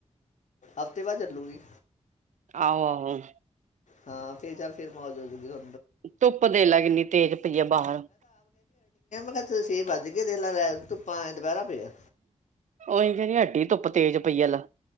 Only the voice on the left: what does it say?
ਹਫ਼ਤੇ ਬਾਅਦ ਚੱਲੂਗੀ।
ਹਾਂ ਫੇਰ ਚੱਲ ਫੇਰ ਮੌਜ ਹੋਜੂਗੀ ਹ
ਇਥੇ ਛੇ ਵੱਜ ਕੇ ਦੇਲ ਲੈ, ਧੁਪਾ ਐਏ ਦੁਪਹਿਰਾ। ਪਿਆ